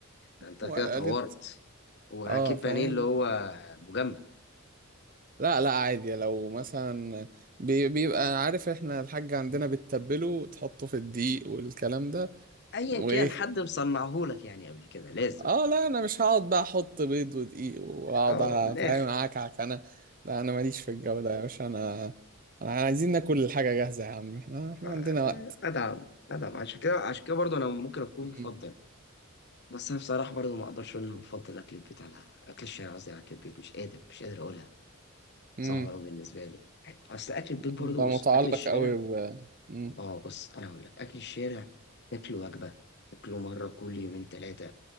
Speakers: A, on the left; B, on the right.
A: أنت
B: وقليت
A: كده طورت وهجيب
B: اه فاهم
A: بانيه اللي هو مجمد
B: لا لا عادي لو مثلا بي- بيبقى عارف احنا الحاج عندنا بتتبله وتحطه في الدقيق والكلام ده
A: أيا
B: وايه
A: كان حد مصنعهولك يعني قبل كده لازم
B: اه لا انا مش هقعد بقى احط بيض ودقيق واقعد
A: أه من الآخر
B: فاهم اعكعك انا لا انا ماليش في الجو ده يا باشا انا انا عايزين ناكل الحاجة جاهزة يا عم احنا احنا
A: آه،
B: عندنا وقت
A: أدعم أدعم عشان كده عشان كده برضه أنا ممكن أكون
B: مم.
A: بفضل بس أنا بصراحة برضه ما أقدرش أقول إن أنا بفضل أكل البيت على أكل الشارع قصدي على أكل البيت مش قادر مش قادر أقولها
B: مم.
A: صعبة أوي بالنسبة لي أيوة، أصل أكل البيت برضه
B: انت متعلق
A: بص أكل الشارع
B: قوي ب مم.
A: اه بص انا هقول لك اكل الشارع تاكله وجبه تاكله مره كل يومين ثلاثه